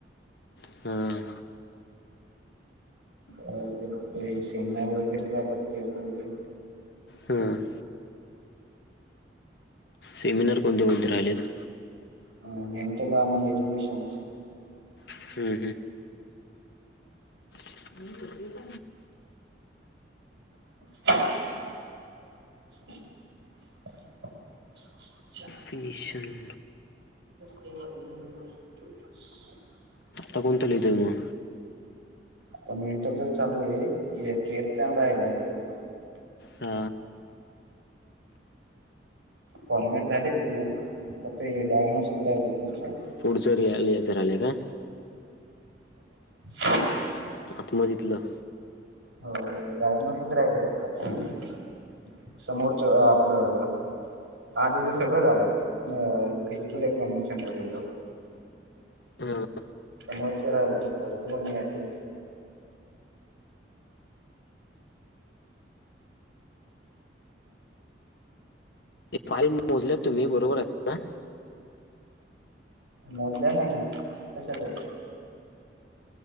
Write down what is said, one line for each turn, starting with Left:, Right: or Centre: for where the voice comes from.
Left: हां
Right: हो ते फक्त सेमनार वगैरे रापत्ती होता उदे
Left: हम सेमिनार कोणते कोणते राहिलेत
Right: अ मेंटल आणि एज्युकेशन
Left: हम्म, ह त
Right: <inaudible> <inaudible>
Left: फिनिशन
Right: <inaudible>
Left: तगण त ल त म ना
Right: आता मेंटरचच चालू आहे केअर पन राहिलाय फक्त
Left: हा
Right: फॉर्मॅट झालेत लिहून ते डायग्नॉटिस राहिले पुढचे
Left: पुढचरी आलीच जराले का
Right: <inaudible>
Left: आत्म दितलं.
Right: हो डायग्नोस्टिक राहिलं फक्त समोरच आपलं आधीच सगळं झालंय फिजिकल एक्झामिनेशन पर्यंत
Left: हां
Right: समोरच राहिल फक्त दोन याचे
Left: फाईव मोजलेत तुम्ही बरोबर आहेत ना?
Right: मोजल्या नाही तशाच आहेत.